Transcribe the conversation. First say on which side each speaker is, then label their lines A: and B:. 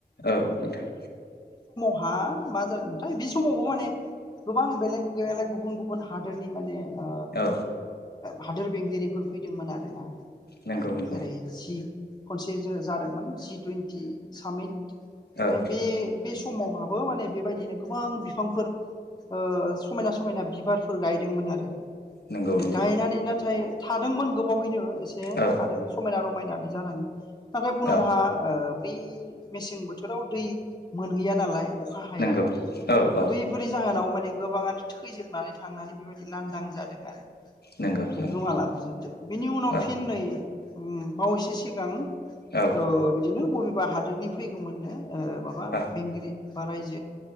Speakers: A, on the left (about 75°); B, on the left (about 25°).
A: औ नोंथां।
B: हा मा जादोंमोनथाय बे समावबो माने गोबां बेलेग बेलेग गुबन गुबुन हादोरनि माने ओ
A: औ
B: हादोर बेंगिरिफोर फैदोंमोन आरोना
A: नंगौ नंगौ
B: जेरै सि खनसे जादोंमोन जिटुइनटि सामित
A: औ
B: बि। समावहाबो माने बेबायदिनो गोबां बिफांफोर ओ समायना समायना बिबारफोर गायदोंमोन आरो ओमफ्राय
A: नंगौ नंगौ
B: गायनानै नाथाय थादोंमोन गोबावैनो एसे
A: औ
B: थादों समायना रमायना बायनानै जानानै नाथाय उनावहा
A: औ
B: बै मेसें बोथोराव दै। मोनहैया नालाय अखा हाया
A: नंगौ औ
B: बैफोरनि
A: औ
B: जाहोनाव माने गो गोबाङानो थैजोबनानै थांनानै बेबायदि लांदां जादों आरो।
A: नंगौ
B: ओमफ्राय
A: नंगौ
B: गोमालां बोजोबदो बेनि उनाव
A: औ
B: फिन नै बावैसो सिगां।
A: औ
B: ओ बिदिनो बबेबा हादोरनि फैगौमोननो ओ माबा
A: औ
B: बेंगिरि बा रायजो